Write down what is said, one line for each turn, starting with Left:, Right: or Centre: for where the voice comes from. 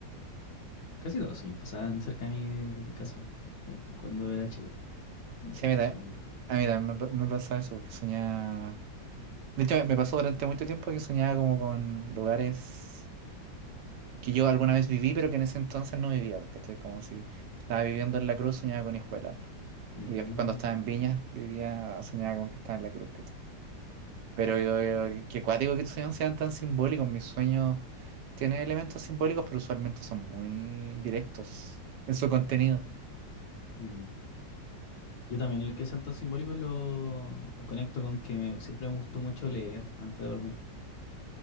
Left: Casi todos los sueños pasaban cerca de mi casa eh, cuando era chico. Tiene
Right: Sí,
Left: sentido,
Right: a mí, ta-
Left: supongo.
Right: a mí también me, pa- me pasaba eso, porque soñaba... De hecho, me pasó durante mucho tiempo que soñaba como con lugares que yo alguna vez viví, pero que en ese entonces no vivía, porque como si estaba viviendo en La Cruz, soñaba con Hijuela. po.
Left: Mm,
Right: Y después cuando estaba en Viña, vivía, soñaba con que estaba en La Cruz, Pero eh, qué cuático que tus sueños sean tan simbólicos. Mis sueños tienen elementos simbólicos, pero usualmente son muy directos en su contenido.
Left: mm. Yo también lo que sean tan simbólicos lo conecto con que me, siempre me gustó mucho leer antes de dormir.